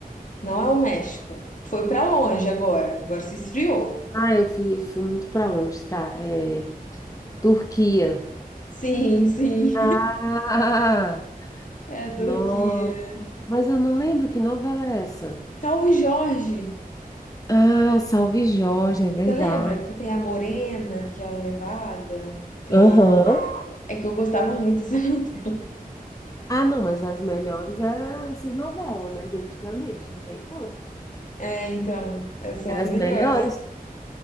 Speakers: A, on the left; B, on the left.
A: Não é o México. Foi pra longe agora. Agora se esfriou.
B: Ah, eu fui, fui muito para longe, tá? É, Turquia.
A: Sim, sim.
B: Ah,
A: É a Turquia.
B: nossa. Mas eu não lembro que novela é essa.
A: Salve Jorge!
B: Ah, Salve Jorge, é verdade.
A: Você lembra que tem a morena, que é a levada? Tem
B: Aham.
A: a... É que eu gostava muito dessa <laughs>
B: Ah, não, mas as melhores eram essas novelas, né? De antigamente, não tem como.
A: É, então, essas são
B: Eram
A: as
B: as
A: melhores.
B: melhores.